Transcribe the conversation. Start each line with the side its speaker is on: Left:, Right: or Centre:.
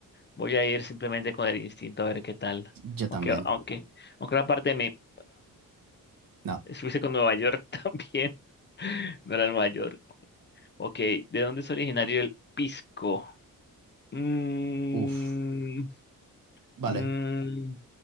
Left: Voy a ir simplemente con el instinto a ver qué tal.
Right: Yo también.
Left: Aunque, aunque, aunque una parte de mí.
Right: No.
Left: Estuviste con Nueva York <laughs> también. No era Nueva York. Ok, ¿de dónde es originario el pisco? Mm,
Right: Uf. Vale,
Left: mm,